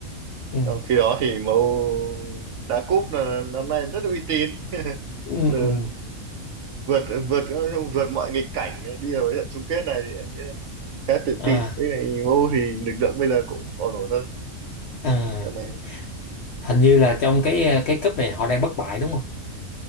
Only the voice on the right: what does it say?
trong khi đó thì MU đá cúp là năm nay rất uy tín <laughs>
từ vượt vượt vượt mọi nghịch cảnh đi vào trận chung kết này thì khá tự
tin với lại MU thì lực lượng bây giờ cũng ổn ổn hơn
Lần này